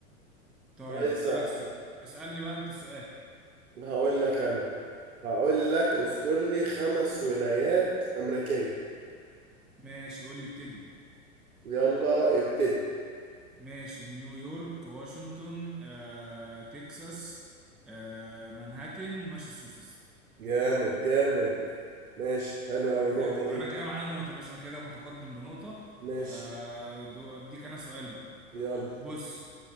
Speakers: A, in the centre; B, on the right.
A: طيب
B: عايزة
A: اسألك س... اسألني بقى انت السؤال
B: هقول لك أنا هقول لك اذكر لي خمس ولايات أمريكية
A: ماشي قول لي ابتدي
B: يلا ابتدي
A: ماشي نيويورك واشنطن آه تكساس آه مانهاتن ماساتشوستس
B: جامد جامد ماشي حلو أوي نقطة
A: حلو
B: ليه
A: انا كده معايا نقطة يا باشا انا كده متقدم بنقطة
B: ماشي
A: فاديك انا سؤال بقى
B: يلا
A: بص